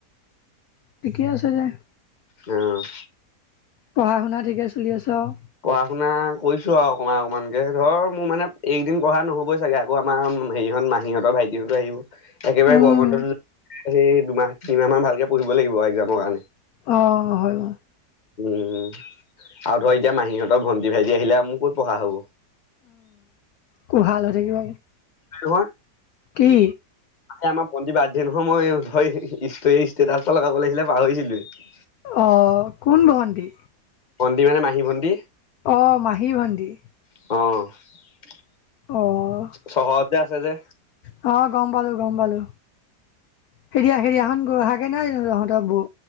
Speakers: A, on the left (about 70°); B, on the left (about 30°).
A: ঠিকে আছে দে।
B: অ',
A: পঢ়া শুনা ঠিকে চলি আছ অ',
B: পঢ়া শুনা কৰিছো আৰু অকমান অকমানকে ধৰ মোৰ মানে একদিন পঢ়া নহ'বই চাগে আকৌ আমাৰ হেৰিহত মাহীহঁতৰ ভাইটিহতো আহিব। একেবাৰে
A: উম
B: গৰম বন্ধতো সেই দুমাহ তিনিমাহ মান ভালকে পঢ়িব লাগিব একজামৰ কাৰণে
A: অ', হয়
B: উম আৰু ধৰ এতিয়া মাহীহঁতৰ ভণ্টি ভাইটি আহিলে মোৰ কত পঢ়া হ'ব।
A: খুব ভাল হৈ থাকিব
B: কিহৰ
A: কি?
B: আমাৰ ভণ্টি বাৰ্থডে নহয় মই ষ্টেটাচ লগাবলৈ আহিলে পাহৰিছিলোয়ে।
A: অ', কোন ভন্টি?
B: ভণ্টি মানে মাহী ভণ্টী
A: অ', মাহী ভন্টি।
B: অ',
A: অ',
B: চহৰত যে আছে যে
A: -অ', গম পালো গম পালো <unintelligible> নাই জানো তহঁতৰ বৌ